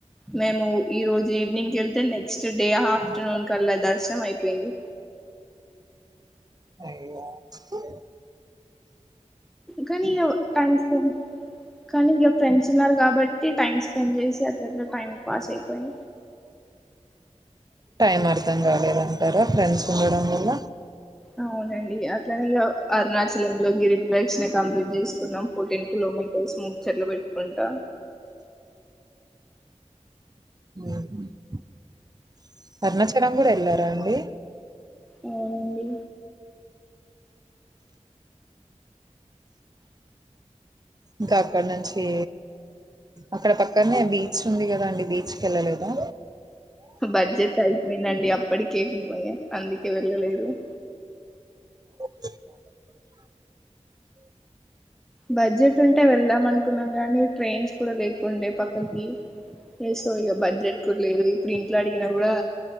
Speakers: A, in the centre; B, on the right.
A: మేము ఈ రోజు ఈవినింగ్ వెళ్తే నెక్స్ట్ డే ఆఫ్టర్నూన్ కల్లా దర్శనం అయిపోయింది
B: అ స <inaudible>
A: కానీ ఇక టైం స్పెండ్ కానీ ఇంక ఫ్రెండ్స్ ఉన్నారు కాబట్టి టైం స్పెండ్ చేసి అతట్లో టైం పాసయిపోయి
B: టైం అర్ధం కాలేదంటారా ఫ్రెండ్స్ ఉండడం వల్ల
A: అవునండి అది అట్లానే అరుణాచల లో గిరిటి వేక్షణ కంప్లీట్ చేసుకున్నాం ఫోర్టీన్ కిలోమీటర్స్ ముచ్చట్లు పెట్టుకుంటా
B: <inaudible> అణచ్చడ కూడ వెళ్ళారా అండి
A: అవునండి
B: ఇంకా అక్కడ నుంచి అక్కడ పక్కనే బీచ్ ఉంది కదా అండి బీచ్కి వెళ్ళలేదా
A: బడ్జెట్ అయిపోయిందండి అ పటి కేకపోయ అందికి వెళ్ళలే <inaudible>
B: <inaudible>
A: బడ్జెట్ ఉంటే వెళ్దాం అనుకున్నాం కానీ ట్రైన్స్ కూడా లేకుండే పక్కకి ఏసో ఇక బడ్జెట్ కూడా లేదు ఇప్పుడు ఇంట్లో అడిగినా కూడా